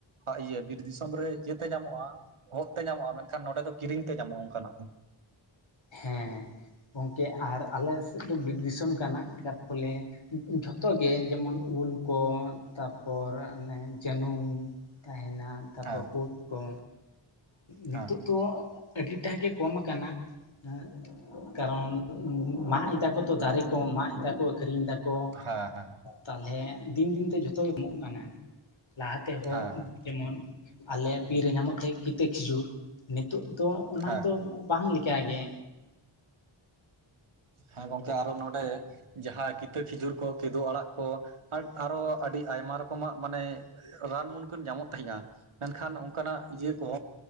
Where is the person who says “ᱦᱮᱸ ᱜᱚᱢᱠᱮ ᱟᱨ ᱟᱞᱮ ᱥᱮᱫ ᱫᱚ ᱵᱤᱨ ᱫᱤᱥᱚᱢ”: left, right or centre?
Left